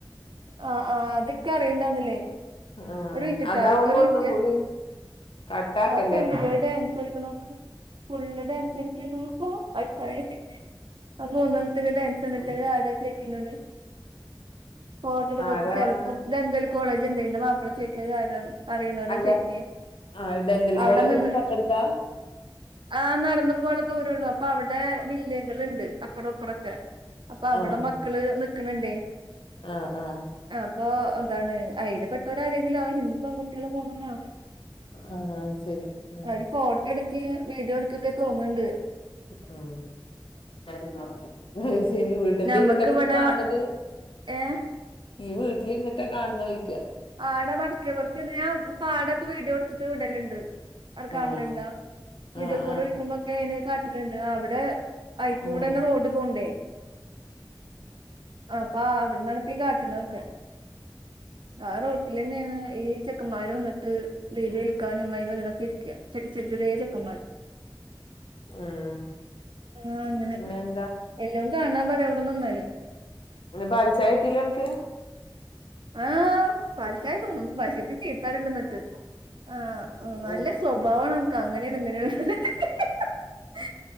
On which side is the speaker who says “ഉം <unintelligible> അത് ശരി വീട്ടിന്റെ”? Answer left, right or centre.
Left